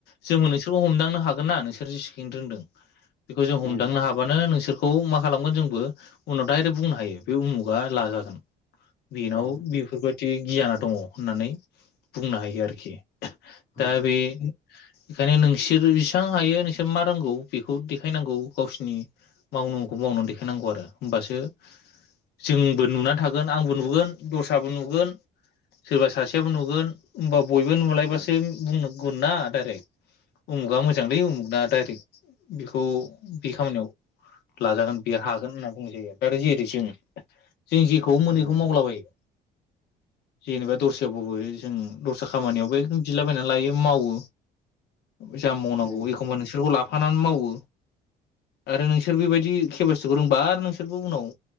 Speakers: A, on the left; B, on the left.
A: जोङो नोंसोरबो हमदांनो हागोन ना नोंसोर जेसिखिनि रोंदों बेखौ जों हम
B: उम
A: दांनो हाबानो नोंसोरखौ मा खालामगोन जोंबो उनाव डाइरेक्ट बुंनो हायो बे उमुगा लाजागोन। बेनाव
B: औ
A: बेफोरबादि गियाना दङ होननानै बुंनो हायो आरोखि। दा
B: औ
A: बे खायनो नोंसोर जिसां हायो नोंसोर मा रोंगौ बेखौ देखायनांगौ गावसिनि मावनांगौखौ मावनानै देखायनांगौ आरो होमबासो जोंबो नुना थागोन आंबो नुगोन दस्राबो नुगोन सोरबा सासेयाबो नुगोन होमब बयबो नुलायबासो
B: ओ
A: बुंन गोनना दाइरेक्ट उमुगा मोजांलै
B: औ
A: उमुगना दाइरेक्ट बेखौ बे खामानियाव लाजागोन बे हागोन होनना बुं जायो दा जेरै जों जों जेखौ मोनो बेखौनो
B: उम
A: मावलाबायो। जेनेबा दस्रायावबाबो जों दस्रा खामानियावबो एकदम बिलाबायनानै लायो मावो जा मावनांगौ
B: उम
A: एखमबा नोंसोरखौ लाफानानै मावो। आरो नोंसोर बेबायदि केपासिटिखौ रोंबा आरो नोंसोरबो उनाव